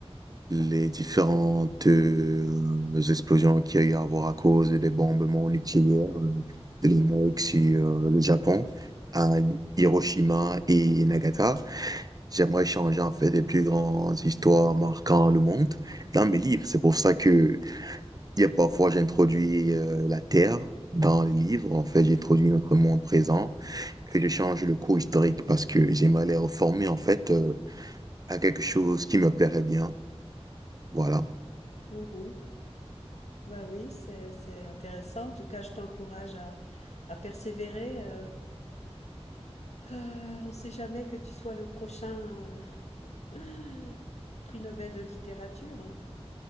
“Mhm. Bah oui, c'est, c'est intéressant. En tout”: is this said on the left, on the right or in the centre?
Left